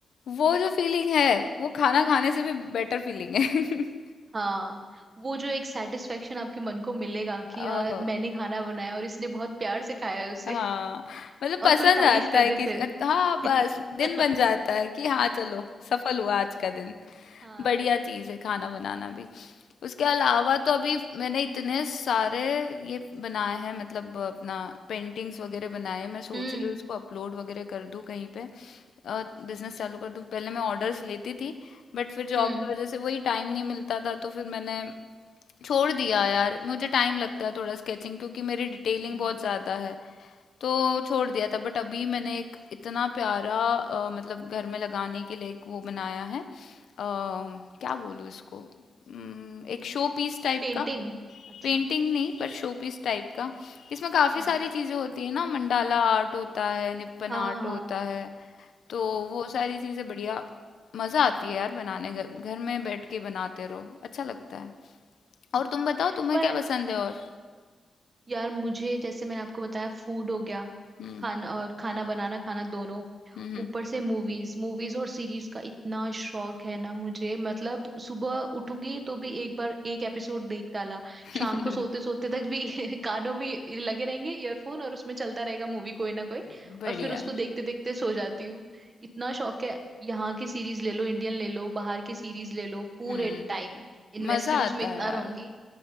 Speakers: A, on the left; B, on the right.
A: वो जो फीलिंग है वो खाना खाने से भी बेटर फीलिंग है <laughs>
B: हाँ वो जो एक सेटिस्फेक्शन आपके मन को मिलेगा कि यार
A: ओहो
B: मैंने खाना बनाया और इसने बहुत प्यार से खाया है उसे
A: हाँ
B: <laughs>
A: मतलब
B: और
A: पसंद
B: कोई तारीफ
A: आता
B: कर
A: है किसी
B: दे फिर
A: हाँ
B: <laughs>
A: बस दिन बन जाता है कि हाँ चलो सफल हुआ आज का दिन
B: हाँ
A: बढ़िया चीज़ है खाना बनाना भी उसके अलावा तो अभी मैंने इतने सारे ये बनाए हैं मतलब अपना पेंटिंग्स वगैरह बनाए हैं। मैं सोच
B: हम्म
A: रही हूँ इसको अपलोड वगैरह कर दूँ कहीं पे बिजनेस चालू कर दूँ पहले मैं ऑर्डर्स लेती थी बट फिर जॉब
B: हम्म
A: की वजह से वही टाइम नहीं मिलता था तो फिर मैंने छोड़ दिया यार मुझे टाइम लगता है थोड़ा स्केचिंग क्योंकि मेरी डिटेलिंग
B: हम्म
A: बहुत ज़्यादा है तो छोड़ दिया था बट अभी मैंने एक इतना प्यारा अ, मतलब घर में लगाने के लिए एक वो बनाया है अ, क्या बोलूँ इसको उम, एक शो पीस टाइप
B: पेंटिंग
A: का
B: अच्छा
A: पेंटिंग नहीं पर शो पीस टाइप का इसमें काफी
B: हम्म
A: सारी चीजें होती है ना मंडाला आर्ट होता है निपन
B: हाँ
A: आर्ट
B: हाँ
A: होता है तो वो सारी चीजें बढ़िया मजा आती है यार बनाने घर घर में बैठ के बनाते रहो अच्छा लगता है
B: हम्म,
A: और तुम बताओ तुम्हें
B: पर
A: क्या पसंद है और
B: यार मुझे जैसे मैंने आपको बताया फूड हो गया
A: हम्म
B: खाना और खाना बनाना खाना दोनों
A: हम्म
B: ऊपर से मूवीज मूवीज और सीरीज का इतना शौक है ना मुझे मतलब सुबह उठूंगी तो भी एक बार एक एपिसोड देख डाला शाम
A: हम्म,
B: को सोते सोते तक भी <laughs> कानों में लगे रहेंगे ईयरफोन और उसमें चलता रहेगा मूवी कोई ना कोई
A: <laughs> बढ़िया
B: और फिर उसको
A: है
B: देखते देखते सो जाती हूँ इतना शौक है यहाँ की सीरीज ले लो इंडियन ले लो बाहर की सीरीज ले लो पूरे
A: हम्म
B: टाइम इन्वेस्टेड
A: मजा
B: उसमें
A: आता
B: इतना
A: है यार
B: रहूंगी